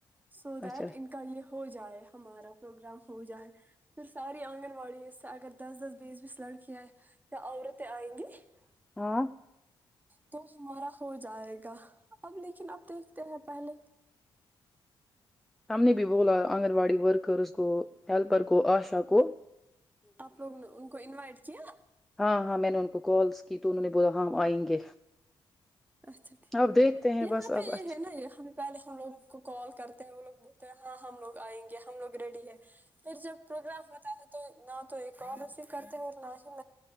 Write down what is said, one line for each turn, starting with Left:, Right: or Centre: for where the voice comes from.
Right: سو دیٹ
Centre: اچھا
Right: ان کا یہ ہو جائے ہمارا پروگرام ہو جائے پھر ساری آنگن واڑی سے اگر دس دس بیس بیس لڑکیاں ہیں ن اورورت آئیں گے <unintelligible>
Centre: ہاں
Right: تو ہمارا ہو جائے گا اب لیکن آپ دیکھتے ہیں پہلے
Centre: تمن بھی بول آنگن واڑی رکرز گوو ہیلپر گو عاشا گوو
Right: آپ لوگ نے ان کو انوائٹ کیا
Centre: ہاں ہاں میں نے ان کو کالس کی تو انہوں نے بولا ہاں ہم آئیں گے
Right: اچھا ٹھیک
Centre: اب دیکھتے ہیں
Right: یہاں
Centre: بس
Right: پہ
Centre: اب
Right: یہ
Centre: اچھا
Right: ہے نا یہ ہم پہلے ہم لوگ کو کال کرتے ہیں وہ لوگ تو ہاں ہم لوگ آئیں گے ہم لوگ ریڈی ہے پھر جب پروگرام ہوتا ہے تو نہ تو ایک اور رسیف کرتے ہیں اور نہ ہی